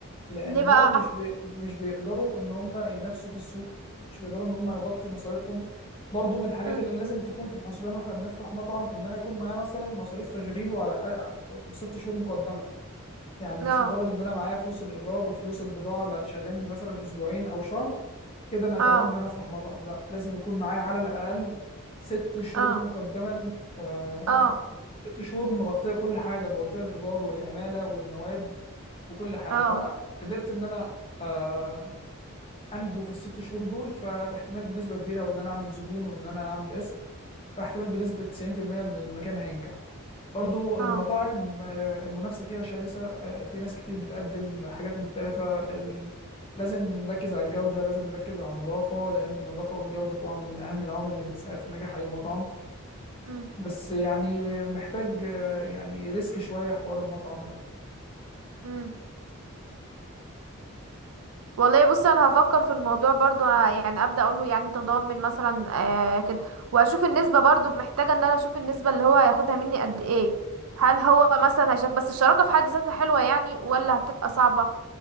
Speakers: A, on the left; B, on the right.
A: لانهم
B: ليه بقى
A: مش بي... مش بيقدروا ان هم ينافسوا في السوق مش بيقدروا ان هم يغطي مصاريفهم برضو من الحاجات
B: مم.
A: اللي لازم تكون في الحسبان واحنا بنفتح مطعم ان انا يكون معايا مثلا مصاريف تشغيله على ست شهور مقدمه يعني مش
B: اه
A: مجرد ان انا معايا فلوس الايجار وفلوس البضاعه اللي هتشغلني مثلا اسبوعين او شهر كده انا تمام
B: اه
A: ان انا افتح مطعم لا لازم يكون معايا على الاقل ست شهور
B: اه
A: مقدما آه
B: اه
A: ست شهور مغطيه كل حاجه مغطيه الايجار والعماله والمواد وكل حاجه
B: اه
A: لو انا قدرت ان انا آه انجو في الست شهور دول فاحتمال بنسبه كبيره وان انا اعمل زبون وان انا اعمل اسم فاحتمال بنسبه 90% ان المكان هينجح برضو المطاعم
B: اه
A: آه، المنافسة فيها شرسة آه، في ناس كتير بتقدم حاجات مختلفة ال- لازم نركز على الجودة لازم نركز على النظافة لأن النظافة والجودة طبعا من أهم العوامل اللي بتساعد في نجاح أي مطعم
B: امم
A: بس يعني محتاج آه، يعني ريسك شوية حوار المطعم ده
B: امم والله بصي انا هفكر في الموضوع برضو ه- يعني ابدا اقول له يعني انت ضامن مثلا آه كده واشوف النسبه برضو محتاجه ان انا اشوف النسبه اللي هو هياخدها مني قد ايه هل هو مثلا هيشارك بس الشراكه في حد ذاتها حلوه يعني ولا هتبقى صعبه